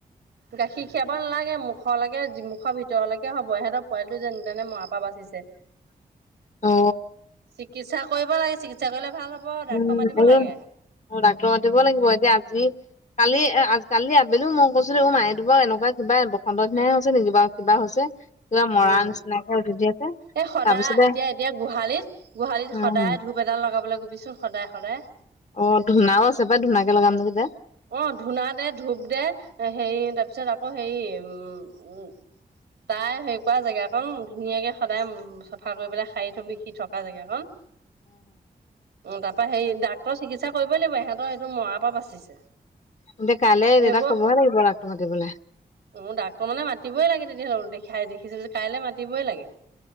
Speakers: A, on the right; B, on the left.
A: গাখীৰ খীৰাব নালাগে মোক। মুখলকে যি মুখৰ ভিতৰলেকে হব ইহঁতৰ পোৱালিটো যেনে তেনে মৰা পৰা বাচিছে।
B: অ।
A: চিকিৎসা কৰিব লাগে চিকিৎসা কৰিলে ভাল হব- ডাক্তৰ
B: উম এ
A: মাতিব
B: ডাক্তৰ
A: লাগে
B: মাতিব লাগিব এতিয়া আজি কালি আ কালি আবেলিও মই কৈছিলো দেখো মা এটো বাও এনেকুৱা কিবা বসন্ত নিচিনাই হে হৈছে নেকি বাও। কিবা হৈছে। কিবা মৰা
A: উম
B: নিচিনাকে উঠি আছে
A: এই সদায়
B: তাৰপিছতে
A: এতিয়া এতিয়া গোহালিত গোহালিত
B: উম
A: সদায় ধূ- বেদাল লগাবলৈ কবিচোন সদায় সদায়।
B: অ ধুনাও আছে পা ধুনাকে লগাম ধেইতা।
A: অ ধূনা দে ধূপ দে হেৰি তাৰপিছত আক- ক সেই উম উ তাই সেই কৰা জেগা কন ধুনীয়াকে সদায় চাফা কৰি পেলাই হাই থবি সি থকা জেগা কণ। অ তাৰ পৰা হেৰি ডাক্তৰ চিকিৎসা কৰিব লাগিব ইহঁতৰ এইটো মৰাৰ পৰা বাচিছে।
B: এতিয়া কাইলে
A: সেইবোৰ
B: দেউতাক ক'বৈ লাগিব ডাক্তৰ মাতিবলে।
A: উ ডাক্তৰ মানে মাতিবই লাগে তেতিয়া হ'লে দেখাই দেখিছে কাইলে মাতিবই লাগে।